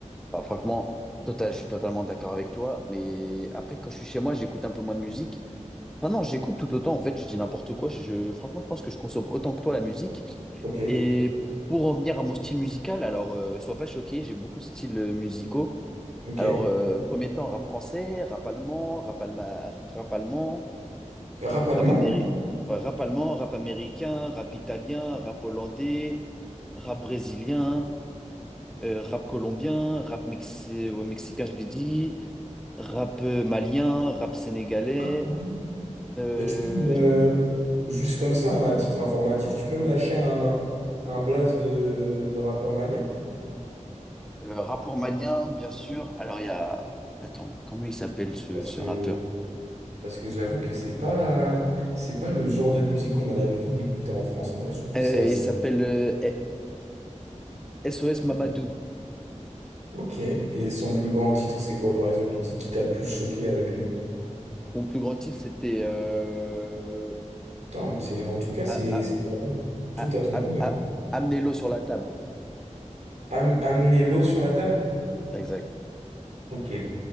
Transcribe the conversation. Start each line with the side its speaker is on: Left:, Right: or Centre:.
Centre: Bah, franchement, total, je suis totalement d'accord avec toi. Mais après, quand je suis chez moi, j'écoute un peu moins de musique. Enfin non, j'écoute tout autant, en fait, je dis n'importe quoi. Je, franchement, je pense que je consomme autant que toi la musique.
Right: Ok,
Centre: Et pour en venir à mon style musical, alors euh, sois pas choqué, j'ai beaucoup de styles euh, musicaux.
Right: ok.
Centre: Alors, euh, premier temps, rap français, rap allemand, rap, alma- rap allemand,
Right: Rap allemand?
Centre: rap, améri- euh, rap allemand, rap américain, rap italien, rap hollandais, rap brésilien, euh, rap colombien, rap mex- euh, mexicain, je l'ai dit, rap euh, malien, rap sénégalais.
Right: Rap allemand
Centre: Euh,
Right: Et tu peux me, juste comme ça, hein, à titre informatif, tu peux me lâcher un, un blast de, de rappeur malien?
Centre: Euh, rapport malien, bien sûr. Alors, il y a... Attends, comment il s'appelle ce,
Right: Parce
Centre: ce
Right: que,
Centre: rappeur?
Right: parce que j'avoue que c'est pas, c'est pas le genre de musique qu'on a l'habitude d'écouter en France. En vrai, je trouve
Centre: Euh,
Right: que c'est assez.
Centre: il s'appelle euh, eh, SOS
Right: <laughs>
Centre: Mamadou.
Right: Ok. Et son plus grand titre, c'est quoi, par exemple, le titre qui t'a le plus choqué avec lui?
Centre: Mon plus grand titre, c'était euh...
Right: Attends, c'est, en tout cas, c'est
Centre: A- A-
Right: c'est vraiment tout
Centre: A-
Right: à ton
Centre: Am-
Right: honneur.
Centre: A-
Right: hein.
Centre: Amenez-l'eau sur la table.
Right: Am- amener l'eau sur la table?
Centre: Exact.
Right: Ok.